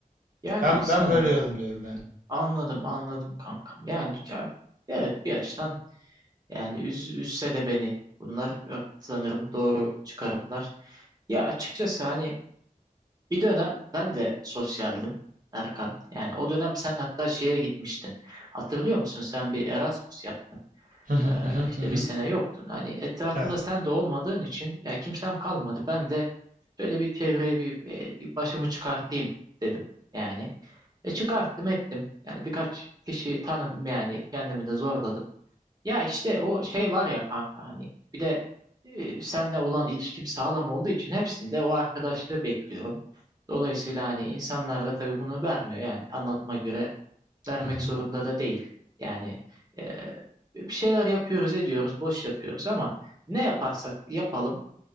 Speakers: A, on the right (about 25°); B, on the right (about 70°).
A: Yani
B: Ben
A: sanırım
B: ben böyle yorumluyorum yani.
A: Anladım, anladım kankam. Yani ya- evet bir açıdan yani üz, üzse de beni bunlar bak, sanırım doğru çıkarımlar. Ya açıkçası hani bir dönem ben de sosyaldim Erkan. Yani o dönem sen hatta şeye gitmiştin. Hatırlıyor musun? Sen bir Erasmus yaptın.
B: Hı hı
A: Ee,
B: hı
A: işte
B: hı hı
A: bir sene yoktun. Hani etrafımda
B: Evet.
A: sen de olmadığın için ya kimsem kalmadı. Ben de şöyle bir çevreye bir, bir başımı çıkartayım dedim. Yani. E çıkarttım ettim. Yani birkaç kişiyi tanıdım yani kendimi de zorladım. Ya işte o şey var ya kanka hani bir de e, seninle olan ilişkim sağlam olduğu için hepsinde o arkadaşlığı bekliyorum. Dolayısıyla hani insanlar da tabii bunu vermiyor yani anladığıma göre vermek
B: Hı hı.
A: zorunda da değil. Yani e, bir şeyler yapıyoruz ediyoruz boş yapıyoruz ama ne yaparsak yapalım